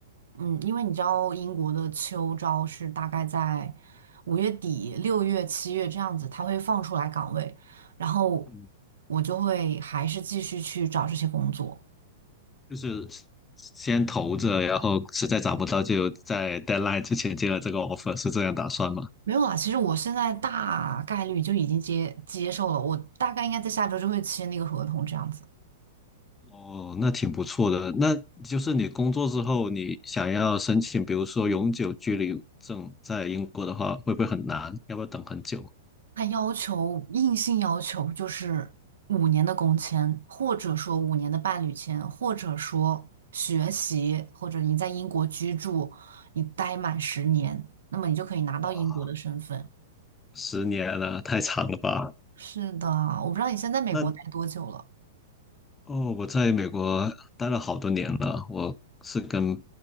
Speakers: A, on the right (about 85°); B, on the left (about 15°).
A: 嗯，因为你知道英国的秋招是大概在五月底、六月、七月这样子，它会放出来岗位，然后
B: 嗯
A: 我就会还是继续去找这些工作。
B: 就是先投着，然后实在找不到就在 deadline 之前接了这个 offer，是这样打算吗？
A: 没有啊，其实我现在大概率就已经接接受了，我大概应该在下周就会签那个合同这样子。
B: 哦，那挺不错的。那就是你工作之后，你想要申请，比如说永久居留证，在英国的话，会不会很难？要不要等很久？
A: 他要求硬性要求就是五年的工签，或者说五年的伴侣签，或者说学习，或者你在英国居住，你待满十年，那么你就可以拿到英国的身份。
B: 哇，十年了，太长了吧？
A: 是的，我不知道你现在在美国待多久了。
B: 那哦，我在美国待了好多年了，我是跟